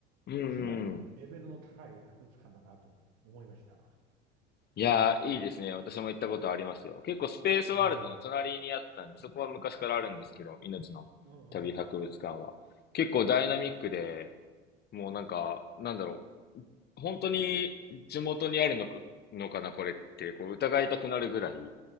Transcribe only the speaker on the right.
かなりレベルの高い博物館だなと思いました。
うん。
うんうん。
そ